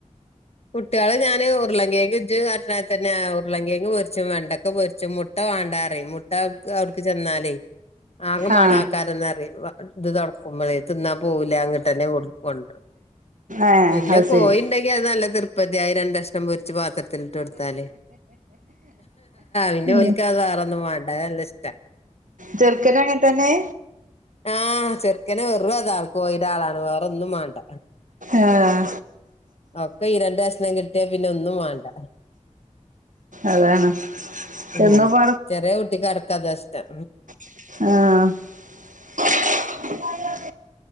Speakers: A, on the left; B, on the right.
A: കുട്ട്യാള് ഞാന് ഉരുള കേങ്ങ് ഇജ് പറഞ്ഞാതിരിതന്നെ ഉരുള കേങ്ങ് പൊരിച്ചും വെണ്ടക്ക പൊരിച്ചും മുട്ട ക് വാണ്ടാറിം മുട്ട അവിടുക്ക് ചെന്നാലേ ആകമാണ
B: ആഹ്
A: ക്കാര ന്ന്അറിംഇത് തുറക്കുമ്പോളേ തിന്നാൻ പോവൂല അങ്ങോട്ട് തന്നെ കൊടു കൊണ്ടരും
B: ഏഹ്
A: പിന്നെ
B: അത്
A: കോഴിണ്ടെങ്കി
B: ശരി
A: അത് നല്ല പൊതിയായി രണ്ടഷണം പൊരിച്ച് പാത്രത്തിലിട്ട് കൊടുത്താല് പിന്നൊല്ക്ക്
B: ഉം
A: അഹ് വെറൊന്നും വേണ്ട അത്‌ നല്ലഷ്ട്ട
B: ചേർക്കനും അങ്ങനെത്തന്നെ
A: ആ ചെറുക്കന് വെറു അ താ കോഴിടെ ആളാണ് വേറെ ഒന്നുംമാണ്ട
B: ആഹ്
A: പ്പം ഈ രണ്ട്കഷണം കിട്ടിയാ പിന്നെ ഒന്നും വേണ്ട
B: അതാണ്
A: ഉ
B: എന്നും ഇപ്പ
A: ചെറിയ കുട്ടിക്കടക്കം അതാഇഷ്ടം
B: ആ